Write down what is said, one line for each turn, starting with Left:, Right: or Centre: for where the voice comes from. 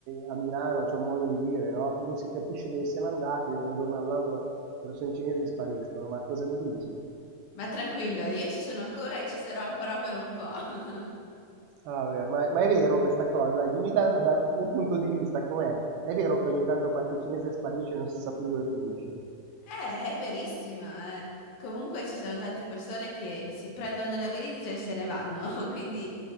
Right: eh, a Milano, c'è un modo di dire, no? Non si capisce dove siano andati, da un giorno all'altro le persone cinesi spariscono, ma cosa mi dici?
Left: Ma tranquillo, io ci sono ancora e ci sarò ancora per un po'. <laughs>
Right: Ah, beh, ma, ma è vero questa cosa? Dimmi dal, dal tuo punto di vista com'è? È vero che ogni tanto qualche cinese sparisce e non si sa più dove finisce?
Left: Eh, è verissima, eh. Comunque ci sono tante persone che si prendono le valigie e se ne vanno, <laughs> quindi